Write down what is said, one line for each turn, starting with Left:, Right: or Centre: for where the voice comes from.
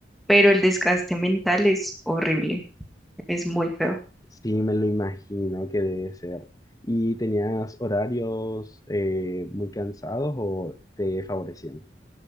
Centre: pero el desgaste mental es horrible, es muy feo.
Left: Sí, me lo imagino que debe ser. ¿Y tenías horarios eh, muy cansados o te favorecían?